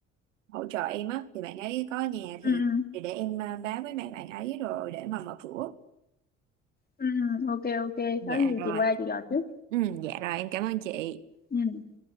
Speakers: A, on the right (about 70°); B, on the left (about 25°).
A: hỗ trợ em á thì bạn ấy có ở nhà
B: ừ
A: thì
B: ừ
A: thì để em ờ, báo với mấy bạn ấy rồi để mà mở cửa.
B: ừ, ừ. ok ok
A: Dạ
B: có gì
A: rồi.
B: chị qua chị gọi trước
A: Ừ, dạ rồi em cảm ơn chị.
B: ừ